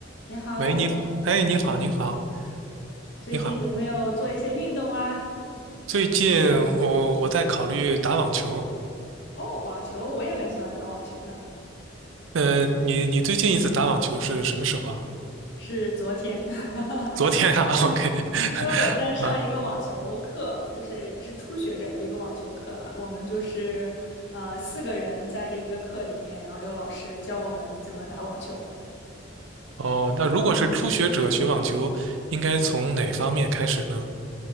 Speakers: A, on the left; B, on the right.
A: 你好，
B: 喂，你好，哎，你好，你好，
A: 最近有没有做一些运动啊？
B: 你好。最近我我在考虑打网球，
A: 哦，网球，我也很喜欢打网球呢。
B: 呃，你你最近一次打网球是什么时候啊？
A: 是昨天，<laughs>
B: 昨天啊 <laughs>，OK，
A: 因为我在上一个网球课，
B: <laughs> 啊，
A: 就是也是初学者的一个网球课了。我们就是呃四个人在这一个课里面，然后有老师教我们怎么打网球。
B: 哦，那如果是初学者学网球，应该从哪方面开始呢？